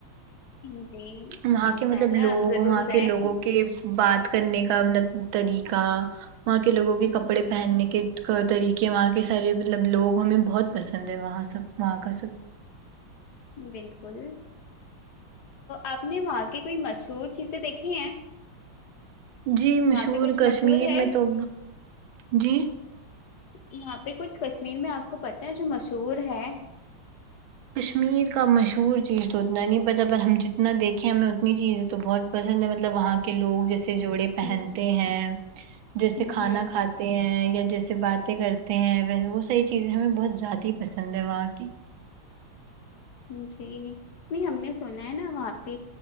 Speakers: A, on the left; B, on the right.
A: جی جی
B: وہاں
A: انشاء
B: کے مطلب
A: اللہ
B: لوگ
A: آپ ضرور
B: وہاں
A: جائیں
B: کے لوگوں کے بات کرنے کا مطلب طریقہ وہاں کے لوگوں کے
A: ہ
B: کپڑے پہننے کے طریقے وہاں کے سارے مطلب لوگ ہمیں بہت پسند ہے وہاں سب وہاں کا سب
A: بالکل آپ نے وہاں کی کوئی مشہور چیزیں دیکھی ہیں
B: جی مشہور
A: وہاں پہ کچھ
B: کشمیر
A: مشہور ہے
B: میں تو جی
A: یہاں پہ کچھ کشمیر میں آپ کو پت ہے جو مشہور ہے
B: کشمیر کا مشہور چیز تو اتنا نہیں پتا پر ہم جتنا دیکھیں ہمیں اتنی چیز تو بہت پسند ہے مطلب وہاں کے لوگ جیسے جوڑے پہنتے
A: ہوں
B: ہیں جیسے
A: ہوں
B: کھانا
A: ہوں
B: کھات ت ہیں یا جیسے باتیں کرتے ہیں ویسے وہ صحیح چیزیں ہمیں بہت زیادہ ہی پسند ہے وہاں کی
A: جی نہیں ہم نے سنا ہے نا وہاں پہ